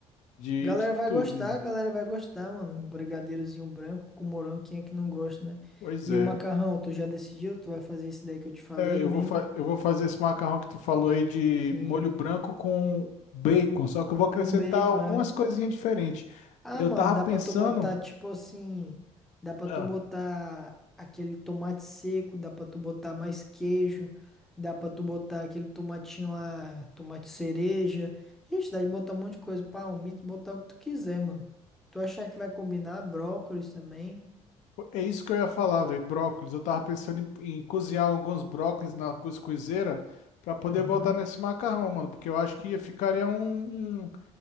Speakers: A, on the left (about 80°); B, in the centre.
A: de,
B: Galera
A: de
B: vai
A: tudo,
B: gostar,
A: mano.
B: galera vai gostar, mano. Um brigadeirozinho branco com morango, quem é que não gosta, né?
A: Pois
B: E
A: é.
B: o macarrão, tu já decidiu? Tu vai fazer esse daí que eu te falei
A: Eu
B: mesmo?
A: vou, fa- eu vou fazer esse macarrão que tu falou aí de
B: Sim.
A: molho branco com bacon, só que eu vou acrescentar
B: Com bacon,
A: algumas
B: é.
A: coisinhas diferentes.
B: Ah,
A: Eu
B: mano,
A: tava
B: dá
A: pensando,
B: pra tu botar, tipo assim. Dá pra
A: Ah.
B: tu botar aquele tomate seco, dá pra tu botar mais queijo, dá pra tu botar aquele tomatinho lá, tomate cereja. Ixi, dá de botar um monte de coisa. Palmito, botar o que tu quiser, mano. Tu achar que vai combinar, brócolis também.
A: é isso que eu ia falar, velho, brócolis. Eu tava pensando em, em cozinhar alguns brócolis na cuscuzeira pra poder
B: Aham.
A: botar nesse macarrão, mano, porque eu acho que ia ficaria um, um,